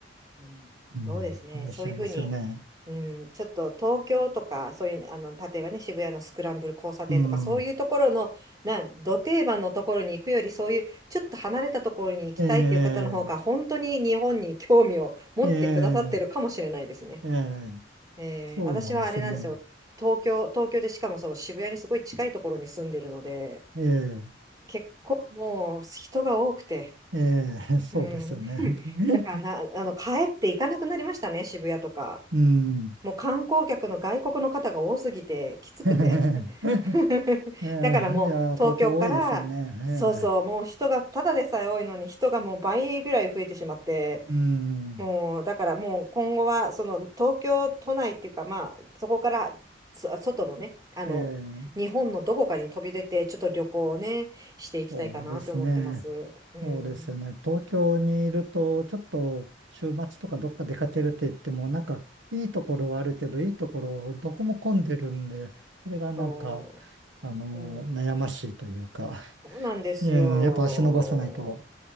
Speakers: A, on the right (about 20°); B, on the right (about 85°).
A: うん。
B: うん、
A: そうですね。
B: いらっしゃいますよね。
A: そういうふうに、うん、ちょっと東京とか、そういう、あの、例えばね、渋谷のスクランブル交差点とか、
B: うん。
A: そういうところの、な、ど定番のところに行くより、そういう、ちょっと離れたところに行きたいっていう方の方が、
B: ええ、
A: 本当に日本に興味を持ってくださってるかもしれないですね。
B: ええ、ええ、
A: えー、
B: そうなんですね。
A: 私はあれなんですよ。東京、東京でしかもその渋谷にすごい近いところに住んでるので、
B: ええ、
A: 結構もう人が多くて、
B: ええ、<laughs> そうですよね。
A: うん。<laughs>
B: <laughs>
A: だからな、あの、帰って行かなくなりましたね、渋谷とか。
B: うん。
A: もう観光客の外国の方が多すぎて、きつくて。
B: <laughs>
A: <laughs>
B: ええ、
A: だからもう東京から、
B: いや、東京多いですよね。
A: そうそう、
B: ええ、
A: もう人がただでさえ多いのに人がもう倍ぐらい増えてしまって、
B: うん。
A: もうだからもう今後はその東京都内っていうかまあそこからそ外のね、あの日本のどこかに飛び出てちょっと旅行をね、
B: ええ、
A: していきたいかなと思ってます。
B: そうですね。
A: うん、
B: そうですよね。東京にいると、ちょっと週末とかどっか出かけるって言っても、なんか、いいところはあるけど、いいところどこも混んでるんで、それがなんか、
A: そ
B: あの、
A: う、うん、
B: 悩ましいというか。
A: そうなんですよ。
B: いやいや、やっぱ足伸ばさないと、